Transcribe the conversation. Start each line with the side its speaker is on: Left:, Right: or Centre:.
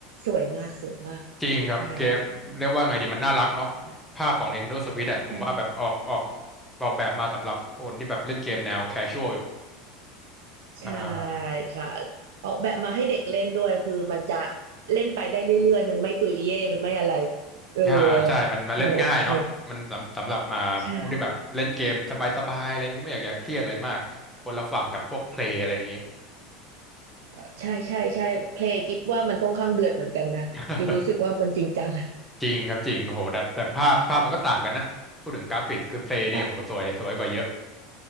Right: สวยมากสวยมาก
Centre: จริงครับ
Right: ใช่
Centre: เกมเรียกว่าไงดีมันน่ารักเนาะภาพของ Nintendo Switch อะผมว่าแบบออกออก
Right: ใช่
Centre: ออกแบบมาสำหรับคนที่แบบเล่นเกมแนว casual อยู่
Right: ใช่
Centre: อ่า
Right: ค่ะออกแบบมาให้เด็กเล่นด้วยคือมันจะเล่นไปได้เรื่อยๆมันไม่ตุยเย่มันไม่อะไรเออ
Centre: อ่าอ่าใช่มันมันเล่นง่ายเนาะมันสำสำหรับมาผู้ที่แบบเล่นเกมสบายๆอะไรอย่างงี้ไม่อยากอยากเครียดอะไรมากคนละฝั่งกับพวกเพลย์อะไรอย่างงี้
Right: มันโอเคใช่เออใช่ใช่ใช่เพลงกิฟว่ามันค่อนข้างเดือดเหมือนกันนะกิฟรู้สึกว่ามันจริงจัง
Centre: <laughs> จริงครับจริงโหแต่แต่ภาพภาพมันก็ต่างกันนะพูดถึงกราฟิกคือเพลย์นี่โหสวยสวยกว่าเยอะ
Right: อ่ะ